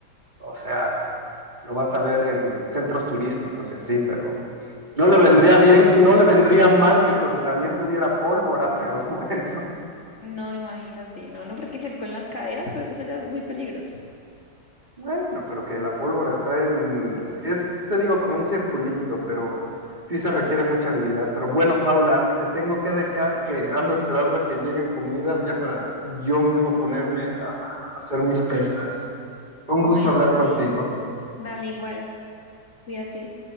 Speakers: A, on the right; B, on the left.
A: O sea, lo vas a ver en centros turísticos y así, pero no le vendría bien, no le vendría mal que tu- también tuviera pólvora, pero <laughs> bueno,
B: No, imagínate, no, no, porque si es con las caderas, creo que eso ya es muy peligroso.
A: bueno, pero que la pólvora está en, es, te digo, como un circulito, pero sí se requiere mucha habilidad. Pero bueno, Paula, te tengo que dejar que ando esperando a que llegue comida ya para yo mismo ponerme a hacer mis pesas. Fue Un
B: Bueno,
A: gusto hablar
B: está
A: contigo.
B: bien. Dale igual, cuídate.